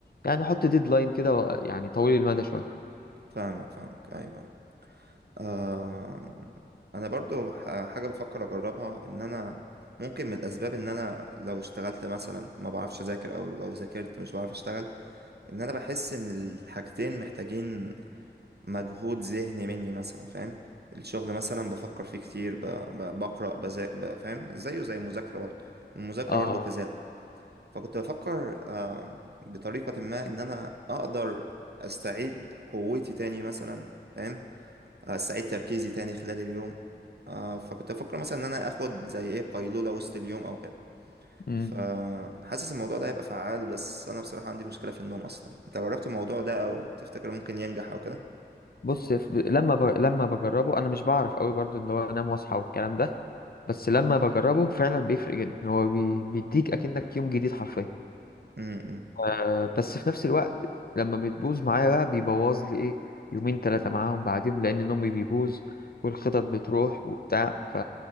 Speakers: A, on the left (about 55°); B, on the right (about 65°).
A: يعني حط ديدلاين كده و- يعني طويل المدى شوية
B: فاهمك فاهمك ايوه ايوه آم، انا برضو ح- حاجه بفكر اجربها ان انا ممكن من الاسباب ان انا لو اشتغلت مثلا ما بعرفش اذاكر او لو ذاكرت مش بعرف اشتغل ان انا بحس ان الحاجتين محتاجين مجهود ذهني مني مثلا فاهم الشغل مثلا بفكر فيه كتير ب- ب- بقرا بذاكر فاهم زيه زي المذاكره برضو والمذاكره
A: اه
B: برضو كذلك فكنت بفكر آم، بطريقة ما إن أنا أقدر أستعيد قوتي تاني مثلا فاهم أستعيد تركيزي تاني خلال اليوم آه، فكنت بفكر مثلا إن أنا آخد زي إيه قيلولة وسط اليوم أو كده
A: امم
B: فحاسس الموضوع ده هيبقى فعال بس أنا بصراحة عندي مشكلة في النوم أصلا أنت جربت الموضوع ده أو تفتكر ممكن ينجح أو كده؟
A: بص ف- لما ب... لما بجربه انا مش بعرف قوي برضو ان هو انام واصحى والكلام ده بس لما بجربه فعلا بيفرق جدا هو بي... بيديك اكنك يوم جديد حرفيا
B: امم
A: آه بس في نفس الوقت لما بتبوظ معايا بقى بيبوظ لي ايه يومين ثلاثة معاهم بعدين لان نومي بيبوظ والخطط بتروح وبتاع ف